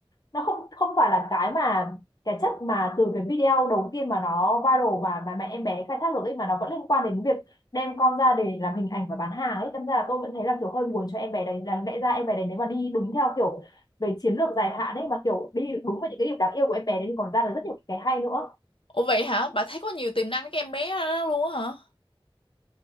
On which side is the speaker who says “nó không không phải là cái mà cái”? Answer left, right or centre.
Left